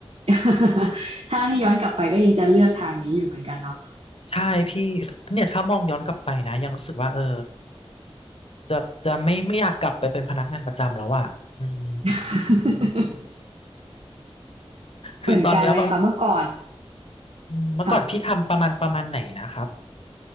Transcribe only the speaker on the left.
ใช่พี่เนี่ยถ้ามองย้อนกลับไปนะยังรู้สึกว่าเออจะจะไม่ไม่อยากกลับไปเป็นพนักงานประจำแล้วอ่ะอืม
คือตอนเนี้ยมันอืมเมื่อก่อนพี่ทำประมาณประมาณไหนนะครับ